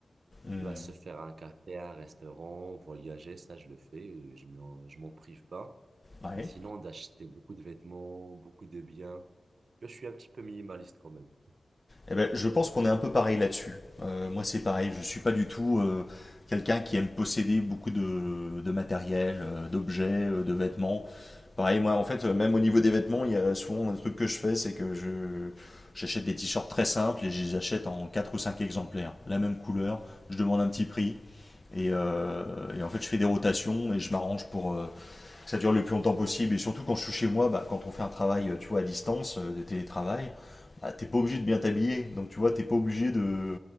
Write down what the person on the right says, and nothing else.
Tu
vas se faire un café, un restaurant, voyager, ça je le fais, et je m'en, je m'en prive pas.
Mais sinon, d'acheter beaucoup de vêtements, beaucoup de biens, je suis un petit peu minimaliste quand même.
Mm.